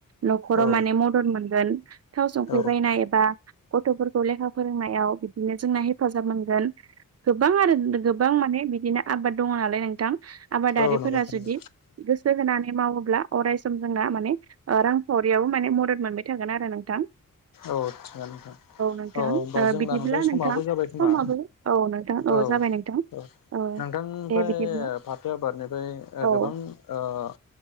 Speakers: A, on the right; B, on the left.
A: न'खराव
B: औ
A: माने मदद मोनगोन थाव सुंख्रि
B: औ
A: बायनाय एबा- गथ'फोरखौ लेखा फोरोंनायाव बिदिनो जोंना हेफाजाब मोनगोन। गोबां आरो गोबां माने बिदिनो आबाद दङ नालाय नोंथां आबादारिफोरा
B: औ नंगौ नोंथां
A: जुदि-
B: नंगौ
A: गोसो होनानै मावोब्ला अराय सम जोंना माने- रांखावरियावबो माने मदद मोनबाय थागोन आरो नोंथां।
B: औ थिगानो नोंथां
A: नोंथां
B: औ होमबा
A: ओ
B: जोङो-
A: बिदिब्ला
B: दा नोंथां समाबो जाबाय खोमा
A: समाबो औ नोंथां
B: औ औ
A: जाबाय नोंथां औ
B: नोंथांनिफ्राय
A: दे बिदिब्ला
B: फाथो आबादनिफ्राय
A: औ
B: गोबां-